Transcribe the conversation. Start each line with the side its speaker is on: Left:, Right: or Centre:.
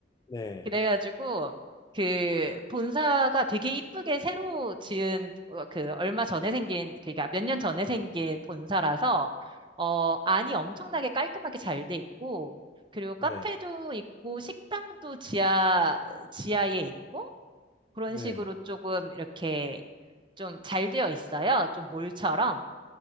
Left: 네,
Right: 그래가지고 그 본사가 되게 이쁘게 새로 지은 어, 그 얼마 전에 생긴, 그러니까 몇 년 전에 생긴 본사라서 어, 안이 엄청나게 깔끔하게 잘 돼 있고 그리고 카페도
Left: 네,
Right: 있고 식당도 지하, 지하에 있고 그런
Left: 네.
Right: 식으로 조금 이렇게 좀 잘 되어 있어요. 좀 몰처럼.